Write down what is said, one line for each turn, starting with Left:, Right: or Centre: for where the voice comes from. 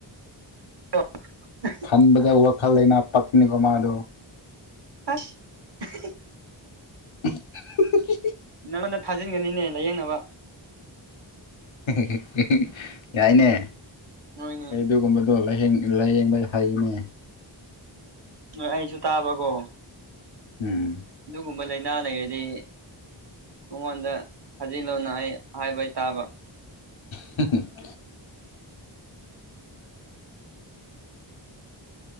Right: ꯑ <unintelligible>
Left: ꯈꯟꯕꯗ ꯋꯥꯈꯜꯂꯩꯅ ꯄꯛꯅꯤꯀꯣ ꯃꯥꯗꯣ
Right: ꯑꯁ <unintelligible>
Left: <unintelligible>
Right: ꯅꯪꯉꯣꯟꯗ ꯊꯥꯖꯤꯟꯒꯅꯤꯅꯦ ꯂꯥꯏꯌꯦꯡꯅꯕ
Left: <unintelligible> ꯌꯥꯏꯅꯦ
Right: ꯅꯣꯏꯅ
Left: ꯑꯩ ꯑꯗꯨꯒꯨꯝꯕꯗꯣ ꯂꯥꯏꯌꯦꯡꯕ ꯍꯩꯅꯦ
Right: ꯍꯣꯏ ꯑꯩꯁꯨ ꯇꯥꯕꯀꯣ
Left: ꯎꯝ
Right: ꯑꯗꯨꯒꯨꯝꯕ ꯂꯩꯅꯥ ꯂꯩꯔꯗꯤ ꯃꯉꯣꯟꯗ ꯊꯥꯖꯤꯜꯂꯨꯅ ꯑꯩ ꯍꯥꯏꯕ ꯇꯥꯕ
Left: <unintelligible>